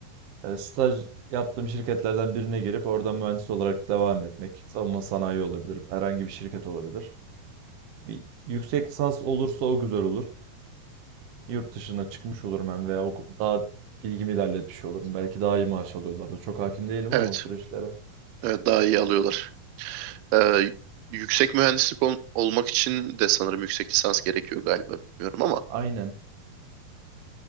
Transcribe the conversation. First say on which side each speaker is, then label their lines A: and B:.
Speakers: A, on the right; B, on the right.
A: E, staj yaptığım şirketlerden birine girip oradan mühendis olarak devam etmek. Savunma sanayi olabilir, herhangi bir şirket olabilir. Bir yüksek lisans olursa o güzel olur. Yurt dışına çıkmış olurum hem veya oku- daha bilgimi ilerletmiş olurum. Belki daha iyi maaş alıyorlardı. Çok hakim değilim
B: Evet.
A: ama o süreçlere.
B: Evet daha iyi alıyorlar. Ee, yüksek mühendislik ol- olmak için de sanırım yüksek lisans gerekiyor galiba bilmiyorum ama
A: Aynen.